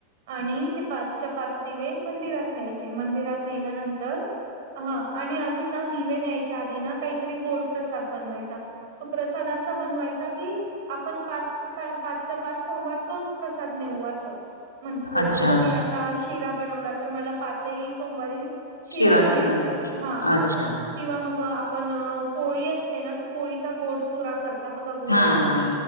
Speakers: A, on the right; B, on the left.
A: आणि ते पाचच्या पाच दिवे मंदिरात न्यायचे, मंदिरात नेल्यानंतर ह आणि अजून ना दिवे न्यायच्या आधी ना काहीतरी गोड प्रसाद बनवायचा. तो प्रसाद असा बनवायचा कि, आपण पाच पाचच्या पाच सोमवार तोच प्रसाद नेऊ आस म्हणजे
B: अच्छा
A: जस मी आता शिरा बनवला तर, मला पाचही सोमवारी शिराच
B: शिराज
A: न्यायचा
B: घेऊन
A: हा.
B: अच्छा
A: किंवा मग आपण पोळी असते ना, ते पोळीचा गोड चुरा करत ता बघा गुळ
B: हा
A: घालून
B: हा